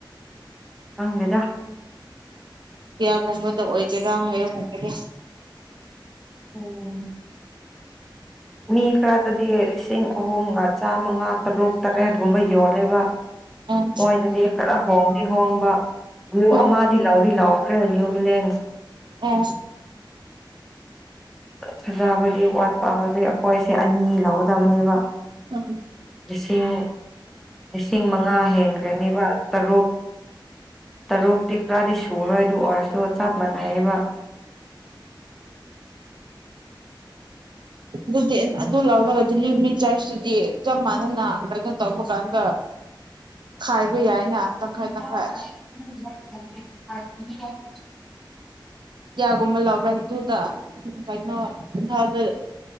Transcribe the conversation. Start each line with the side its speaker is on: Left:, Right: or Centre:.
Centre: ꯈꯪꯗꯦꯗ
Right: ꯀꯌꯥꯒꯨꯝꯕꯗ ꯑꯣꯏꯒꯦꯔꯥ ꯍꯥꯏꯌꯒꯨꯝꯕꯗ
Centre: ꯎꯝ ꯃꯤ ꯈꯔꯗꯗꯤ ꯂꯤꯁꯤꯡ ꯑꯍꯨꯝꯒ ꯆꯥꯝꯃꯉꯥ ꯇꯔꯨꯛ ꯇꯔꯦꯠꯒꯨꯝꯕ ꯌꯣꯜꯂꯦꯕ
Right: ꯑꯣ
Centre: ꯃꯣꯏꯗꯗꯤ ꯈꯔ ꯍꯣꯡꯗꯤ ꯍꯣꯡꯕ ꯚ꯭ꯌꯨ
Right: ꯑꯣ
Centre: ꯑꯃꯗꯤ ꯂꯧꯗꯤ ꯂꯧ <unintelligible> ꯅ꯭ꯌꯨꯕꯤꯂꯦꯟꯁ
Right: ꯑꯣ
Centre: ꯐꯖꯕꯗꯤ ꯋꯥꯠꯄ ꯍꯧꯖꯤꯛ ꯑꯩꯈꯣꯏꯁꯦ ꯑꯅꯤ ꯂꯧꯒꯗꯕꯅꯦꯕ
Right: ꯎꯝ
Centre: ꯂꯤꯁꯤꯡ ꯂꯤꯁꯤꯡ ꯃꯉꯥ ꯍꯦꯟꯒꯅꯤꯕ ꯇꯔꯨꯛ ꯇꯔꯨꯛꯇꯤ ꯄꯨꯔꯥꯗꯤ ꯁꯨꯔꯣꯏ ꯑꯗꯨ ꯑꯣꯏꯔꯁꯨ ꯆꯞ ꯃꯥꯟꯅꯩꯑꯕ
Right: ꯑꯗꯨꯗꯤ ꯑꯗꯨ ꯂꯧꯔꯒ ꯗꯤꯂꯤꯚꯔꯤ ꯆꯥꯔꯖꯇꯨꯗꯤ ꯆꯞ ꯃꯥꯟꯅꯅ ꯀꯩꯅꯣ ꯇꯧꯕ ꯀꯥꯟꯗ ꯈꯥꯏꯕ ꯌꯥꯏꯅ ꯇꯪꯈꯥꯏ
Centre: <unintelligible>
Right: ꯇꯪꯈꯥꯏ ꯀꯌꯥꯒꯨꯝꯕ ꯂꯧꯕ꯭ꯔꯥ ꯑꯗꯨꯗ ꯀꯩꯅꯣ ꯏꯝꯐꯥꯜꯗ